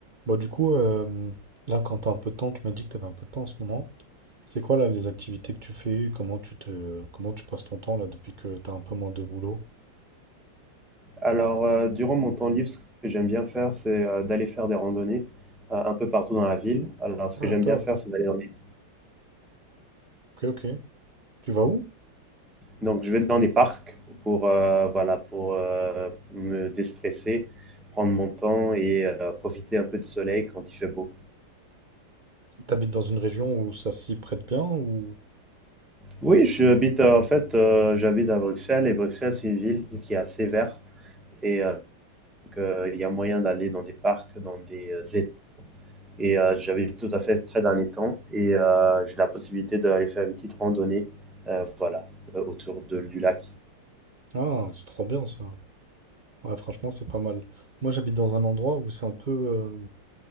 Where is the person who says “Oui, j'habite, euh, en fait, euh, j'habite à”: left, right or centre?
Centre